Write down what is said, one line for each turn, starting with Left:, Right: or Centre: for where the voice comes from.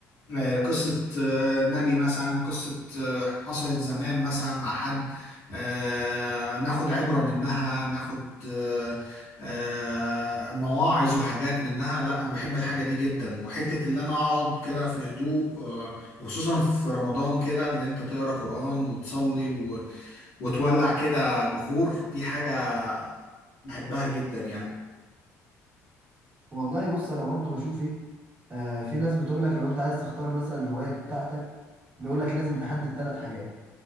Left: آه، قصة آه، نبي مثلا قصة آه، حصلت زمان مثلا مع حد آه، ناخد عبرة منها ناخد آه، آه، مواعظ وحاجات منها لا أنا بحب الحاجة دي جدا وحتة اللي أنا أقعد كده في هدوء آه، وخصوصا في رمضان كده اللي أنت تقرأ قرآن وتصلي و- وتولع كده بخور دي حاجة بحبها جدا يعني
Right: والله بص انا برضو بشوف ايه آه، في ناس بتقول لك لو انت عايز تختار مثلا الهواية بتاعتك بيقول لك لازم تحدد ثلاث حاجات